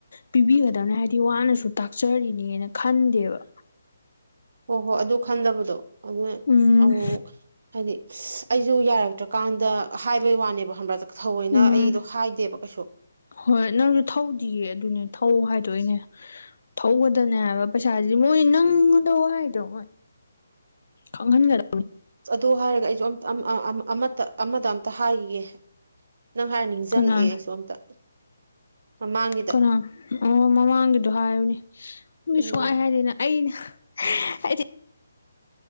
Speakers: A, on the left (about 70°); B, on the right (about 60°).
A: ꯄꯤꯕꯤꯒꯗꯕꯅꯦ ꯍꯥꯏꯗꯤ ꯋꯥꯅꯁꯨ ꯇꯥꯛꯆꯔꯤꯅꯦꯅ ꯈꯟꯗꯦꯕ꯫
B: ꯍꯣ ꯍꯣ ꯑꯗꯨ ꯈꯟꯗꯕꯗꯣ ꯑꯗꯨꯅ
A: ꯎꯝ
B: ꯑꯃꯨꯃꯨꯛ ꯍꯥꯏꯗꯤ ꯁꯤ ꯑꯩꯖꯨ ꯌꯥꯔꯛꯇ꯭ꯔꯀꯥꯟꯗ ꯍꯥꯏꯕꯩ ꯋꯥꯅꯦꯕ ꯈꯪꯕ꯭ꯔ ꯊꯧꯑꯣꯏꯅ
A: ꯎꯝ
B: ꯑꯩꯗꯣ ꯍꯥꯏꯗꯦꯕ ꯀꯩꯁꯨ꯫
A: ꯍꯣꯏ ꯅꯪꯖꯨ ꯊꯧꯗꯤꯌꯦ ꯑꯗꯨꯅꯦ ꯊꯧ ꯍꯥꯏꯗꯣ ꯑꯩꯅ꯫ ꯊꯧꯒꯗꯕꯅꯦ ꯍꯥꯏꯕ ꯄꯩꯁꯥꯁꯤ ꯃꯣꯏ ꯅꯪ ꯉꯣꯟꯗ ꯋꯥꯏꯗꯣ ꯃꯣꯏ ꯈꯪꯍꯟꯒꯗ
B: ꯑꯗꯣ ꯍꯥꯏꯔꯒ ꯑꯩꯖꯨ ꯑꯝꯇ ꯑꯝ ꯑ-ꯑꯝ-ꯑꯃꯠꯇ ꯑꯃꯗ ꯑꯝꯇ ꯍꯥꯏꯒꯤꯒꯦ ꯅꯪ ꯍꯥꯏꯔ ꯅꯤꯡꯖꯪꯉꯛꯑꯦ
A: ꯀꯅꯥꯅꯣ
B: ꯑꯩꯁꯨ ꯑꯝꯇ ꯃꯃꯥꯡꯒꯤ
A: ꯀꯅꯥꯟ ꯑꯣ ꯃꯃꯥꯡꯒꯤꯗꯣ ꯍꯥꯏꯌꯨꯅꯦ ꯁ
B: ꯎꯝ
A: <unintelligible> ꯁꯨꯛꯍꯥꯏ ꯍꯥꯏꯗꯦꯅ ꯑꯩꯅ ꯍ <unintelligible>